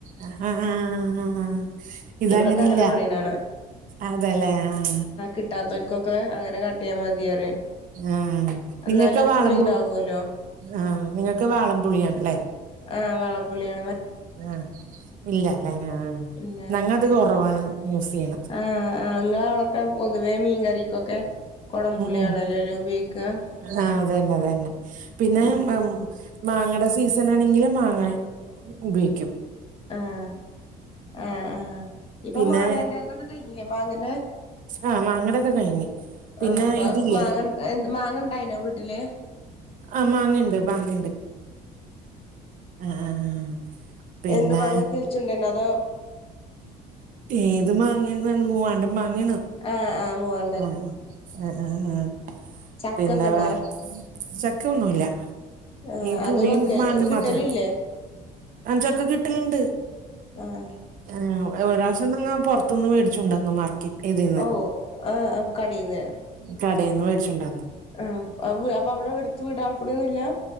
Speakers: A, on the right; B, on the left.
A: ആഹ് ആഹ് <unintelligible> ഇതങ്ങനല്ല
B: ഇവിടൊക്കെ അങ്ങനെ പറയ്ണ കാണാ
A: അതല്ലേ ആഹ്
B: കിട്ടാത്തോര്ക്കൊക്കെ അങ്ങനെ കാട്ടിയാ മതി പറയും
A: ആഹ് നിങ്ങൊക്കെ
B: എന്നാലും
A: വാളമ്പു
B: പുളി ഇണ്ടാവോല്ലോ
A: ആഹ് നിങ്ങക്ക് വാളംപുളിയാണല്ലേ?
B: ആഹ് വാളംപുളീണ്.
A: ആഹ് ഇല്ലാലേ ആഹ്
B: ഇല്ലല്ല
A: ഞങ്ങത് കൊറവാണ് യൂസ്യ്യ്ണ്.
B: ആഹ് ആഹ് ങ്ങള അവടെക്കെ പൊതുവേ മീൻ കറി കൊക്കെ കൊടംപുളിയാണല്ലോലേ
A: ഉം ഉം
B: ഉപയൊയിക്കാ.
A: ആഹ് അതന്നെ അതന്നെ പിന്നെ
B: ആഹ്
A: മ മാങ്ങടെ സീസണ് ആണെങ്കില് മാങ്ങാ ഉപയോയ്ക്കും.
B: ആഹ് ആ ആ ഇപ്പൊ
A: പിന്നെ
B: മാങ്ങന്റെ ഇതൊക്കെ കഴിഞ്ഞില്ലേ മാങ്ങന്റെ
A: ആഹ് മാങ്ങടൊക്കെ കഴിഞ് പിന്നെ
B: ആഹ് അപ്പൊ
A: ഇതില്ലെ
B: മാങ്ങ മാങ്ങ ഉണ്ടായിനോ വീട്ടില്
A: ആഹ് മാങ്ങണ്ട് മാങ്ങണ്ട് ആഹ് ആ ആഹ്. പിന്നെ
B: എന്ത് മങ്ങേ കിളിചുണ്ടനോ അതോ
A: ഏത് മാങ്ങിയുന്നാണ് മൂവാണ്ട മാങ്ങിയേണ്.
B: ആഹ് ആഹ് മൂവാ
A: ആ അ അ ആ
B: ചക്കൊക്കെ
A: പിന്നെ
B: ഉണ്ടോ
A: വെ ചേക്കൊന്നുല്ല.
B: ആഹ്
A: ഈ പുളിയും
B: അത് വെക്ക
A: മാങ്ങി
B: കിട്ടലില്ലേ
A: മാത്ര അഞ്ചൊക്കേ കിട്ടല്ണ്ട്.
B: ആഹ്.
A: ആഹ് ഒരാവശ്യം ങ്ങ പൊറത്ത്ന്ന് മേടിച്ചുണ്ടന്നു മാർക്കറ്റ് ഇതീന്ന്.
B: ഓ ആഹ് ആം കടീന്ന്.
A: കടേന്ന് മേടിച്ചുണ്ടാർന്ന്.
B: ആഹ് അപ്പൊ അപ്പൊ അവടെ എടുത്ത് വ്ടാൾക്കൂടെന്നുല്ലാ?